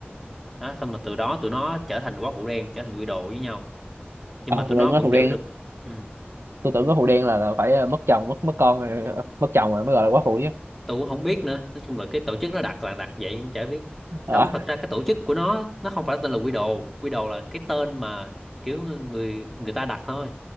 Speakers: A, in the centre; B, on the right.
A: Đó, xong mà từ đó tụi nó trở thành quái vũ đen, trở thành quy đồ với nhau. Nhưng
B: à,
A: mà tụi
B: tôi
A: nó
B: tưởng nói
A: vẫn
B: phụ
A: giữ
B: đen
A: được ừ.
B: tôi tưởng có phụ đen là, là phải ờ, mất chồng mất mất con rồi ờ, mất chồng rồi mới gọi là quá phụ chứ
A: tôi cũng không biết nữa nói chung là cái tổ chức nó đặt là đặt vậy cũng chả biết
B: ờ,
A: không thật ra cái tổ chức của nó nó không phải tên là Quy Đồ Quy Đồ là cái tên mà kiểu người người ta đặt thôi